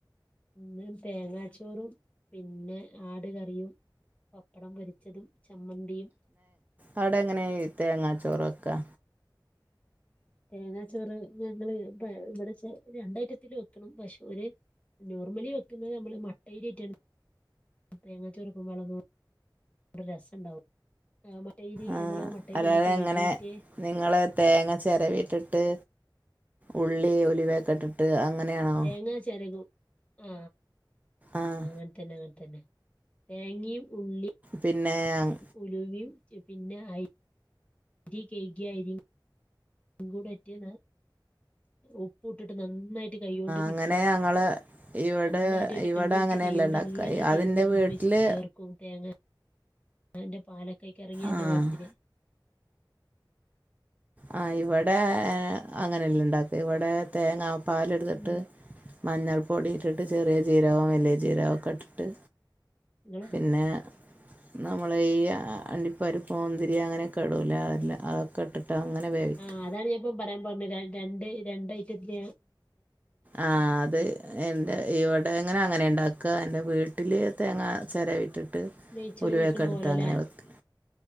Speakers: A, on the left (about 15°); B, on the right (about 20°).
A: ഇന്ന് തേങ്ങാച്ചോറും പിന്നെ ആട് കറിയും പപ്പടം പൊരിച്ചതും ചമ്മന്തിയും
B: അവിടെ എങ്ങനെ തേങ്ങാ ചോറ് വെക്കാ
A: തേങ്ങാച്ചോറ് ഞങ്ങള് ഇവിടെ രണ്ടായിട്ടിത്തിരി വെക്കണം പക്ഷുര നോർമലി വെക്കുന്നത് നമ്മള് മട്ട അരിയിട്ടാണ്. തേങ്ങാ ചുരുങ്ങും വളങ്ങും നല്ല രസം ഉണ്ടാവും, മട്ടരി
B: ആഹ്
A: നമ്മള് മട്ടരി
B: അല്ലാതെ
A: എല്ലാം കഴുകിട്ട്
B: എങ്ങനെ നിങ്ങള് തേങ്ങ ചിരവിട്ടിട്ട് ഉള്ളി ഉലിവേക്കെട്ടിട്ട് അങ്ങനെയാണോ
A: അങ്ങനെ ചെരങ്ങും ആ
B: ആഹ്
A: അങ്ങനെ തന്നെ അങ്ങനെ തന്നെ തേങ്ങയും ഉള്ളിയും
B: പിന്നെ ആഹ്
A: ഉലവയും പിന്നെ അരിയും കഴുകി- കൂടെറ്റി താ ഉപ്പു ഇട്ടിട്ട് നന്നായി- കൈ കൊണ്ട്
B: അങ്ങനെ
A: മിക്സ് ആക്കും,
B: ഞങ്ങള് ഇവിടെ
A: നന്നായിട്ട് ഒരു
B: ഇവിടെ
A: രണ്ട് മിനിറ്റ്
B: അങ്ങനെയല്ല
A: കൈ കൊണ്ട്
B: ഇണ്ടാക്ക
A: എല്ലാം അങ്ങനെ
B: അതിൻ്റെ
A: തിരുമ്പി പിടിപ്പിച്ച്
B: വീട്ടില്
A: ചേർക്കും. തേങ്ങ അതിന്റെ പാലക്കെയ്ക്ക്റങ്ങി വരുന്ന
B: ആഹ്
A: കോലത്തിൽ
B: ആ ഇവിടെ അങ്ങനെല്ല ഇണ്ടാക്കൽ തേങ്ങ പാല് എടുത്തിട്ട്.
A: ഉം
B: മഞ്ഞൾ പൊടി ഇട്ടിട്ട്, ചെറിയ ജീരകം വലിയ ജീരകൊക്കെ ഇട്ടിട്ട്
A: <inaudible>
B: പിന്നെ നമ്മളെ ഈ അണ്ടിപ്പരിപ്പും മുന്തിരി അങ്ങനൊക്കെ ഇടൂലെ, അതെല്ലാം അതൊക്കെ ഇട്ടി <unintelligible> അങ്ങനെ വേവിക്കും
A: ആ അതാണ് ഞാൻ ഇപ്പം പറയാൻ പറഞ്ഞ രണ്ടേ രണ്ട ഐറ്റത്തി
B: ആ അത് തന്നെ എൻ്റെ ഇവിടെ എങ്ങനെ അങ്ങനെ ഉണ്ടാക്ക, എൻ്റെ വീട്ടിൽ തേങ്ങാ ചിരവിട്ടിട്ട്
A: നെയ്ച്ചോറ്
B: ഉലിവയൊക്കെ
A: വെക്കണ
B: എടുത്ത്
A: പോലെല്ലേ
B: അങ്ങനെ വെക്കും